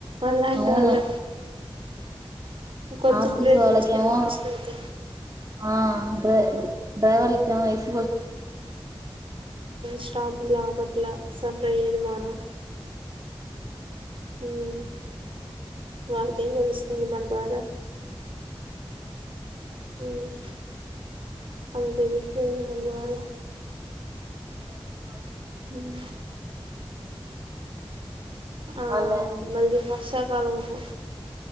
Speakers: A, on the right (about 65°); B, on the right (about 35°).
A: అలాంటి
B: అవును
A: వాళ్ళు కొంచెం
B: ఆర్టీసీ
A: ప్లేస్
B: వాళ్ళకేమో
A: ఇస్తె కూసుంటిమీ
B: ఆ డ్రై డ్రైవర్ కేమో ఎస్
A: స్టాప్ల అప్పట్లే సఫర్ అయ్యేది మనం మ్ వాళ్ళకేం తెలుస్తుంది మన బాధ మ్ వాళ్ళకు తెలిస్తె కద మన బాధ
B: అ
A: మ్ ఆ
B: అవును
A: మళ్ళీ వర్షాకాలం లో